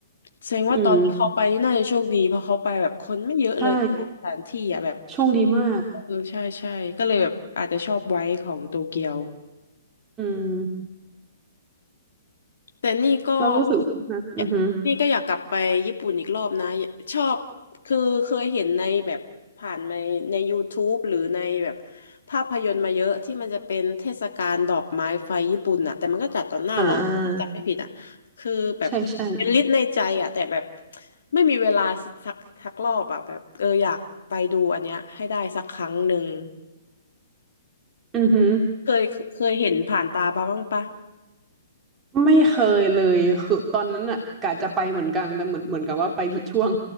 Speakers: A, on the left; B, on the right.
A: แสดงว่าตอนที่เขาไปนี่น่าจะโชคดีเพราะเขาไปแบบคนไม่เยอะเลยสถานที่อ่ะแบบ
B: อืมใช่โชคดีมาก
A: เออใช่ใช่ก็เลยแบบอาจจะชอบไว้ของโตเกียว
B: อืม
A: แต่นี่ก็
B: เรารู้สึกนะอือฮึ
A: อยากนี่ก็อยากกลับไปญี่ปุ่นอีกรอบนะชอบคือเคยเห็นในแบบผ่านในใน YouTube หรือในแบบภาพยนตร์มาเยอะที่มันจะเป็นเทศกาลดอกไม้ไฟญี่ปุ่นน่ะแต่มันก็จัดตอนหน้าร้อนถ้าจำไม่ผิดอ่ะคือแบบเป็นลิสต์ในใจอ่ะแต่แบบ
B: อ่าใช่ใช่
A: ไม่มีเวลาสักสักสักรอบอ่ะแบบเอออยากไปดูอันเนี้ยให้ได้สักครั้งหนึ่ง
B: อือฮึ
A: เคยเคยเห็นผ่านตาปะบ้างปะ
B: ไม่เคยเลยคือตอนนั้นอ่ะกะจะไปเหมือนกันแต่เหมือนเหมือนกับว่าไปผิดช่วง